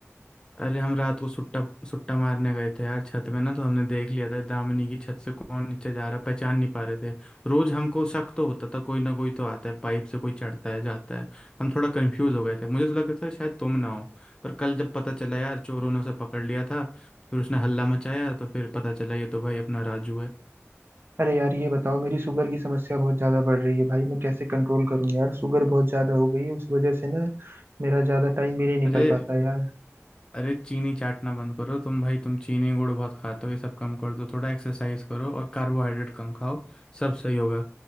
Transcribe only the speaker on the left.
अरे हम रात को सुट्टा सुट्टा मारने गए थे यार छत में ना तो हमने देख लिया था दामिनी की छत से कौन नीचे जा रहा पहचान नहीं पा रहे थे रोज हमको शक तो होता था कोई ना कोई तो आता है पाइप से कोई चढ़ता है जाता है हम थोड़ा कंफ्यूज हो गए थे मुझे तो लगता था शायद तुम ना हो पर कल जब पता चला यार चोरों ने उसे पकड़ लिया था फिर उसने हल्ला मचाया तो फिर पता चला ये तो भाई अपना राजू है
अरे
अरे चीनी चाटना बंद करो तुम भाई तुम चीनी गुड़ बहुत खाते हो ये सब कम कर दो थोड़ा एक्सरसाइज करो और कार्बोहाइड्रेट कम खाओ सब सही होगा